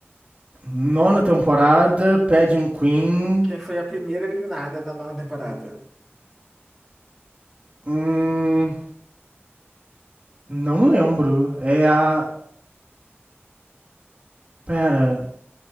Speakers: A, on the right; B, in the centre.
A: Nona temporada, Pageant Queen.
B: Quem foi a primeira eliminada na nona temporada?
A: Hum, não lembro. É a. Pera,